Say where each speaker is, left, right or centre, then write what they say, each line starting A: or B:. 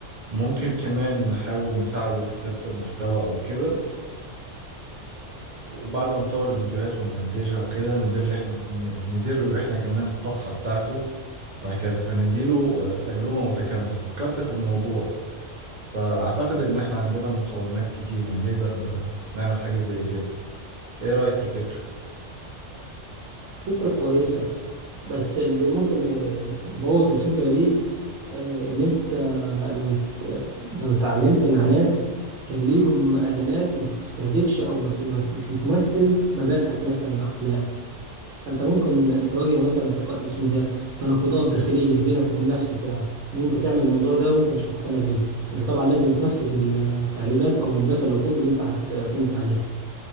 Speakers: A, on the right (about 45°); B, on the right (about 70°).
A: ممكن كمان نحاول نساعده في كتابة المحتوى او كده وبعد ما نصور الفيديوهات ونمنتجها وكده ندير له احنا ن- ندير له احنا كمان الصفحة بتاعته وهكذا فنديله آه، تجربة متكاملة فكرت في الموضوع فأعتقد إن إحنا عندنا مقومات كتير يعني نقدر ن- نعمل حاجة زي كده إيه رأيك في الفكرة؟
B: فكرة كويسة بس اللي ممكن آه، يبوظ الفكرة دي آه، ان انت لو لو اتعاملت مع ناس كان ليهم اعلانات ما بتستهدفش او ما بت- مش بتمثل مبادئك مثلا اخلاقك فانت ممكن تواجه مثلا تق- اسم ده تناقضات داخليه بينك وبين نفسك يعني ان انت تعمل الموضوع ده وانت مش مقتنع بيه انت طبعا لازم تنفذ التعليمات او مثلا العقود اللي انت هتمضي عليها